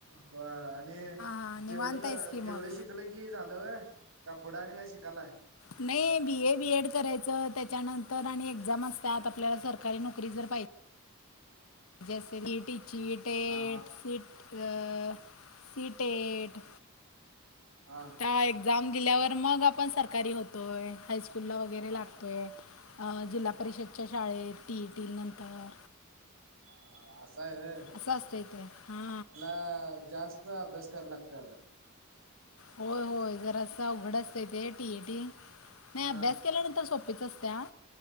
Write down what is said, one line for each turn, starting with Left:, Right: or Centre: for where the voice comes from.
Right: हो आणि
Left: हां निवांत
Right: तेवढंच
Left: आहेस की
Right: तेवढं
Left: मग
Right: शिक शिकल की झालंय होय का पुढं आणि काय शिकालाय.
Left: नाही बी ए बीएड करायचं त्याच्यानंतर आणि एक्झाम असतात आपल्याला सरकारी नोकरी जर पाहिजे. ज्या सीईटीचे डेट
Right: हा
Left: सीट. ग सिटेट.
Right: हा.
Left: त्या एक्झाम दिेल्यावर मग आपण सरकारी होतोय हायचक स्कुलला वगैरे
Right: हा
Left: लागतो
Right: हा
Left: आहे जिल्हा
Right: हा
Left: परिषदच्या शाळेत टीई टी नंतर
Right: ह आशा आहे
Left: अस असंस्तयते हा
Right: अं जास्त, ते अभ्यास कराय <unintelligible>
Left: होय होय, जरासं अवघड असतय ते, टीएटी नाही
Right: हा
Left: अभ्यास केल्यानंतर सोप. सोपीच असत्या.